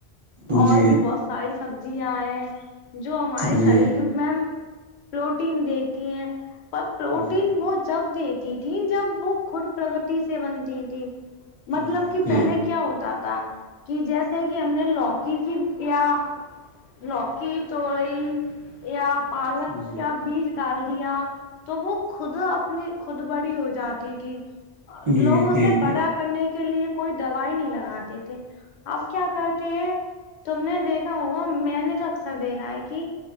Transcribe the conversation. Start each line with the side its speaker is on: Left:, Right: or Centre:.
Right: جی
Left: اور بھی بہت ساری سبزیاں ہیں جو ہمارے
Right: جی
Left: شریر میم پروٹین دیتی ہیں پر پروٹین
Right: جی
Left: وہ جب دیتی تھی جب وہ کٹ پرگتی سے بنتی تھی مطلب
Right: جی
Left: کہ
Right: جی جی
Left: پہلے کیا ہوتا تھا کہ جیسے کہ ہم نے لوکی کی یا لوکی چڑئی یا پالک
Right: جی
Left: کایا بیج ڈال دیا تو وہ خود اپنی خود بڑی ہو جاتی تھی
Right: جی
Left: لوگ
Right: جی
Left: اسے بڑا کرنے کے کے لیے کوئی دوائی نہیں لگاتے تھے اب کیا کرتے ہیں تم نے دیکھا ہوگا میں نے تو اکثر دیکھا ہے کہ